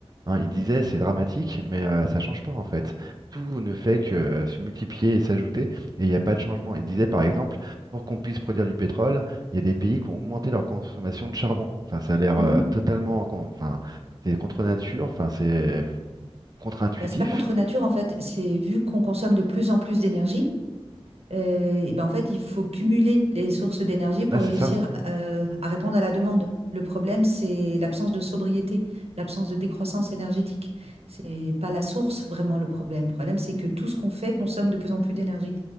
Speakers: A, on the right; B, on the right.
A: Hein, il
B: Mhm.
A: disait, c'est dramatique, mais euh, ça change pas en fait. Tout ne fait que euh, se multiplier et s'ajouter, et il n'y a pas de changement. Il disait par exemple, pour qu'on puisse produire du pétrole, il y a des pays qui ont augmenté leur consommation de charbon. Enfin, ça a l'air
B: Mhm.
A: euh, totalement, con- enfin, c'est contre nature, enfin, c'est contre-intuitif.
B: Bah, c'est pas contre nature en fait, c'est vu qu'on consomme de plus en plus d'énergie, Euh, et ben en fait, il faut cumuler les sources d'énergie pour
A: Ah, c'est
B: réussir
A: ça.
B: euh, à répondre à la demande. Le problème, c'est l'absence de sobriété, l'absence de décroissance énergétique. C'est pas la source vraiment le problème. Le problème, c'est que tout ce qu'on fait consomme de plus en plus d'énergie.